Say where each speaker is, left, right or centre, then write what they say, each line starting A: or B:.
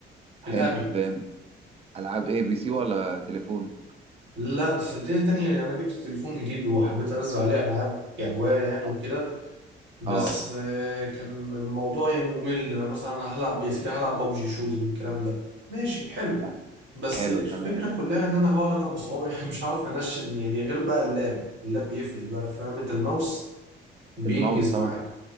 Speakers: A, on the right; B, on the right.
A: حلو
B: في الأغلب
A: جامد العاب ايه بي سي ولا تليفون
B: لا بس صدقني تاني يعني أنا جبت تليفون جديد وحبيت أنزل عليه ألعاب كهواية يعني
A: اه
B: وكده بس
A: اه
B: آه، كان الموضوع يعني ممل أنا مثلا أنا هلعب يا سيدي هلعب ببجي شوتنج الكلام ده ماشي حلو
A: نعم.
B: بس
A: حلو
B: الفكرة
A: تمام
B: كلها إن أنا هقعد ألعب بصوابعي <laughs> مش هعرف أنشن يعني غير بقى اللاب اللاب بيفرق بقى فاهم أنت الماوس بينجز
A: الماوس طبعا
B: معاك
A: أنت